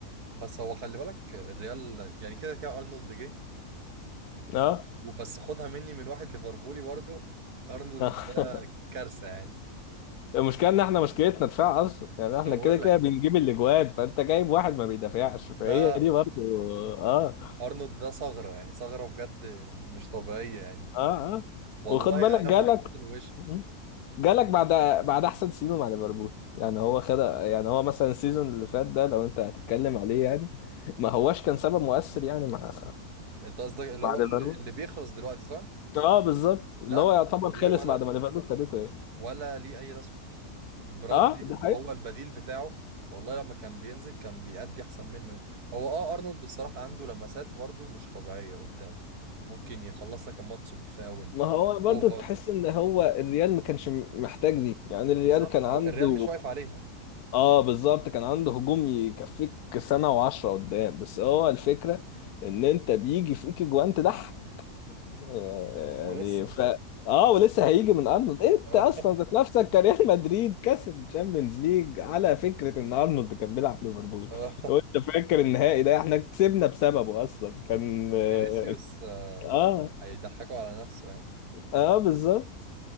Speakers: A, on the right; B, on the left.
A: بس هو خلي بالك الريال يعني كده كده أرنولد جه
B: اه
A: وبس خدها مني من واحد ليفربولي برضه أرنولد
B: آه.
A: ده
B: <laughs>
A: كارثة يعني
B: المشكله ان احنا مشكلتنا دفاع اصلا يعني احنا
A: أنا بقول
B: كده كده
A: لك
B: بنجيب الاجوان فانت جايب واحد ما بيدافعش فهي
A: ده
B: دي برضه اه
A: أرنولد ده ثغرة يعني ثغرة بجد مش طبيعية يعني
B: اه اه
A: والله
B: وخد بالك
A: انا
B: جالك
A: مبسوط ان وش
B: مم. جالك بعد بعد احسن سيزون مع ليفربول يعني هو خد يعني هو مثلا السيزون اللي فات ده لو انت هتتكلم عليه يعني ما هواش كان سبب مؤثر يعني مع
A: انت قصدك اللي
B: مع
A: هو
B: ليفربول
A: اللي اللي بيخلص دلوقتي صح
B: اه بالظبط اللي
A: لا
B: هو يعتبر
A: والله
B: خلص
A: ولا
B: بعد ما ليفربول خدته ايه
A: ولا ليه اي رسم برادلي
B: اه
A: اللي
B: ده حقيقي
A: هو البديل بتاعه والله لما كان بينزل كان بيأدي احسن منه هو اه ارنولد الصراحه عنده لمسات برضه مش طبيعيه قدام ممكن يخلص لك الماتش بفاول
B: ما هو برضو
A: اوفر
B: تحس ان هو الريال ما كانش محتاج دي يعني الريال
A: بالظبط
B: كان
A: هو
B: عنده
A: الريال مش واقف عليها
B: اه بالظبط كان عنده هجوم يكفيك سنة وعشرة قدام بس هو الفكرة ان انت بيجي فيك جوان تضحك يعني
A: ولسه
B: ف اه ولسه هيجي من ارنولد انت
A: <laughs> آه،
B: اصلا ذات نفسك كريال مدريد كسب تشامبيونز ليج على فكرة ان ارنولد كان بيلعب في ليفربول
A: آه.
B: لو انت فاكر النهائي ده احنا كسبنا بسببه اصلا كان اه
A: فينيسيوس آه،
B: اه
A: هيضحكوا على نفسه يعني.
B: آه، بالظبط